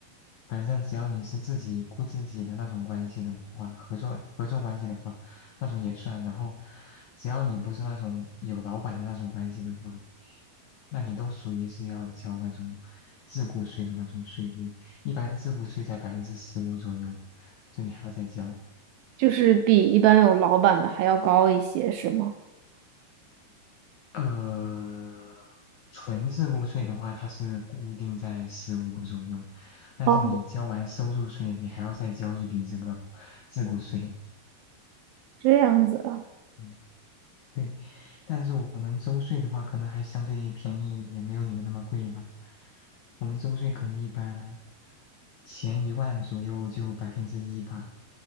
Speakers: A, on the left; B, on the right.
A: 反正只要你是自己雇自己的那种关系的话，合作合作关系的话，那种也算。然后只要你不是那种有老板的那种关系的话，那你都属于是要交那种自雇税的那种税率。一般自付税在百分之十五左右，就你还要再交。
B: 就是比一般有老板的还要高一些，是吗？
A: 呃，纯自付税的话，它是固定在十五左右，但是你交完收入税，
B: 哦，
A: 你还要再交一笔这个自付税。
B: 这样子啊，
A: 嗯对，但是我们周税的话，可能还相对便宜一点，没有你们那么贵吧。我们周税可能一般前一万左右就百分之一吧，